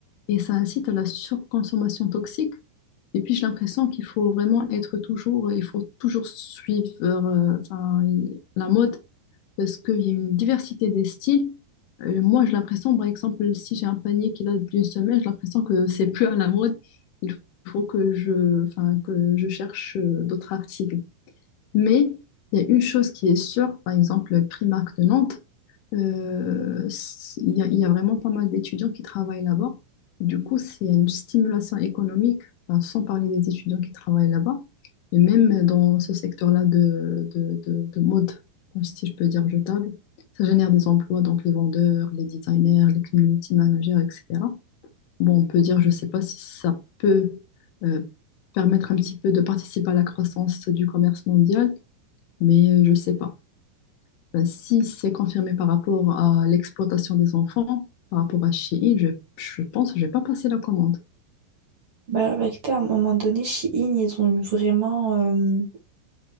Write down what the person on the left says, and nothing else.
et ça incite à la surconsommation toxique. Et puis j'ai l'impression qu'il faut vraiment être toujours, il faut toujours suivre euh, enfin, il- la mode parce qu'il y a une diversité des styles. Euh, moi j'ai l'impression, par exemple, si j'ai un panier qui date d'une semaine, j'ai l'impression que c'est plus à la mode. Il faut que je, enfin, que je cherche euh, d'autres articles. Mais il y a une chose qui est sûre, par exemple, Primark de Nantes. Euh, c- il y a, il y a vraiment pas mal d'étudiants qui travaillent là-bas. Du coup, c'est une stimulation économique, enfin, sans parler des étudiants qui travaillent là-bas. Et même dans ce secteur-là de, de, de, de mode, si je peux dire jetable, ça génère des emplois, donc les vendeurs, les designers, les community managers, etc. Bon, on peut dire, je ne sais pas si ça peut euh, permettre un petit peu de participer à la croissance du commerce mondial, mais euh, je ne sais pas. Ben, si c'est confirmé par rapport à l'exploitation des enfants, par rapport à Shein, je, je pense que je vais pas passer la commande.